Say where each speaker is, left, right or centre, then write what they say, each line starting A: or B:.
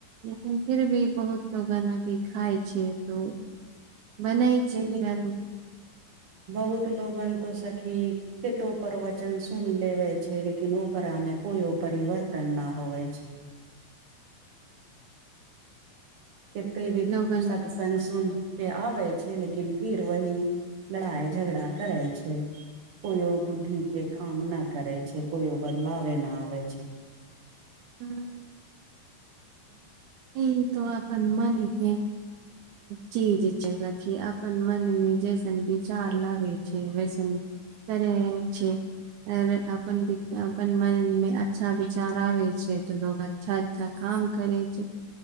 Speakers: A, on the right; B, on the right.
A: लेकिन फिर भी बहुत लोगन अभी खाय छै तो बनै छै
B: लेकिन
A: घर में
B: बहुत लोगन तो सखी केतो प्रवचन सुन लेवे छै लेकिन ओकरा में कोइयो परिवर्तन न होवे छै केते भी
A: लोगन
B: सत्संग सुनके अबय छै लेकिन फिर वही लड़ाई झगड़ा करै छै कोयो बुद्धि के काम न करै छै कोइयो बदलावे ना आवे छै
A: हूँ ई तो अपन मनके चीज छय सखी अपन मन में जैसन विचार लागै छै वैसन करे छै आर अपन अपन मन में अच्छा विचार आबे छै तऽ लोग अच्छा अच्छा काम करै छै